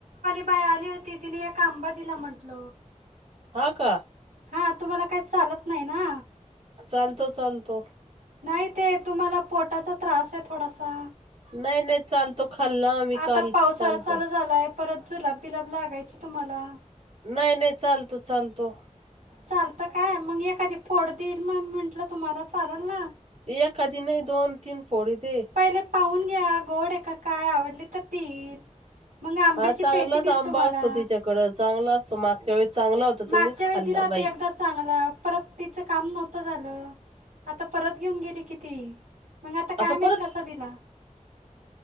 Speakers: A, on the right (about 75°); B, on the right (about 50°).
A: बाय आली होती तिने एक आंबा दिला म्हटल
B: हा का
A: हा तुम्हाला काही चालत नाही ना?
B: चालतो, चालतो.
A: नाही ते तुम्हाला पोटाचा त्रास आहे थोडासा.
B: नाही नाही चालतो खाल्ला आम्ही
A: आता
B: काल
A: पावसाळा
B: चालतो
A: चालू झालाय परत जुलाब बिलाब लागायचे तुम्हांला
B: नाही-नाही, चालतो-चालतो.
A: चालत काय मग एखादी फोड देन मग म्हंटलं तुम्हांला चालल ना
B: एक आधीने दोन तीन फोडी दे
A: पहिले पाहून घ्या गोड आहे काय आवडले तर देईल. मग आंब्याची
B: हा चांगलाच
A: पेटी देईल
B: आंबा
A: तुम्हाला
B: असतो तिच्याकड चांगला असतो मागच्या वेळी चांगला होता तुम्हीच
A: मागच्या
B: खाल्ला
A: वेळी दिला
B: बाई
A: ते एकदा चांगला परत तिचं काम नव्हतं झालं. आता परत घेऊन गेली किती. मग काय
B: आता
A: माहीत
B: परत,
A: कसा दिला